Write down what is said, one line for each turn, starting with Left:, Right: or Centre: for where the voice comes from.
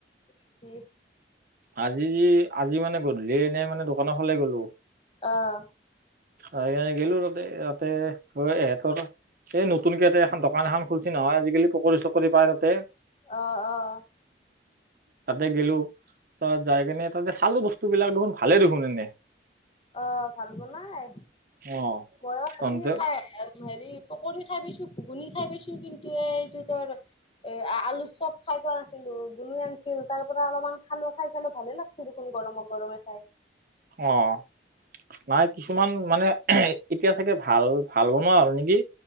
Left: কি হৈছি।
Right: আজি যি, আজি মানে গধূলি এনেই মানে, দোকানৰ ফালে গ'লো।
Left: অহ
Right: আহি কেনে গেলো তাতে, তাতে হে <unintelligible> ৰ এই নতুনকে এতে এখন, দোকান এখন খুলছে নহয়। আজিকালি, পকৰি চকৰি পায় তাতে।
Left: অ' অ'।
Right: তাতে গলো, তাত যাই কেনে তাতে, খালো বস্তুবিলাক দেখোন ভালে দেখোন এনে।
Left: অ' ভাল বনাই।
Right: অ
Left: বৌয়ে
Right: তহতে
Left: আজি খাই আহে হেৰি, পকৰি খাই পাইছো, ঘুগুনী খাই পাইছো, কিন্তু এই, এইটো তৰ এ আলু চপ খাই পোৱা নাছিলো। গুলুৱে আনিছিল, তাৰ পৰা অলপমান খালো, খাই চালো ভালে লাগিছিল দেখুন গৰম-গৰমে, খায়।
Right: অ' নাই কিছুমান মানে, এতিয়া চাগে ভাল ভাল বনোৱা হ'ল নেকি?